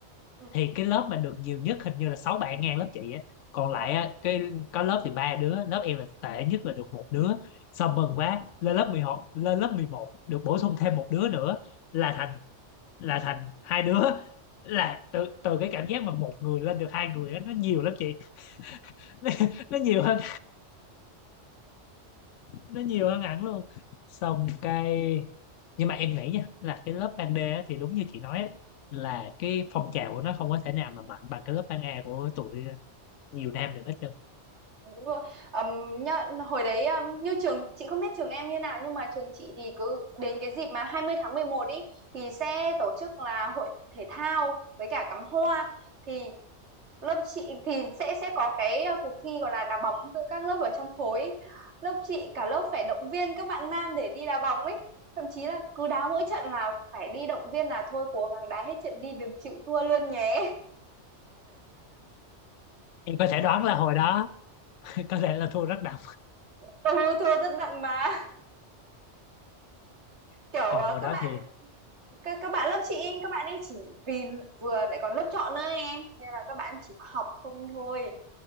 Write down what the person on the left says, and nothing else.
thì cái lớp mà được nhiều nhất hình như là 6 bạn ngang lớp chị á còn
lại á, cái có lớp thì ba đứa lớp em là tệ nhất là được một đứa xong mừng quá lên lớp mười một lên lớp mười một được bổ sung thêm một đứa nữa là thành là thành hai đứa là từ từ cái cảm giác mà một người lên được hai người á nó nhiều lắm chị <laughs> nó, nó nhiều hơn nó nhiều hơn hẳn luôn xong cái nhưng mà em nghĩ nha là cái lớp ban D á, thì đúng như chị nói á, là cái phong trào của nó không có thể nào mà mạnh bằng cái lớp ban A của tụi nhiều nam được hết trơn
em có thể đoán là hồi đó <laughs> có thể là thua rất đậm
còn
hồi
đó
thì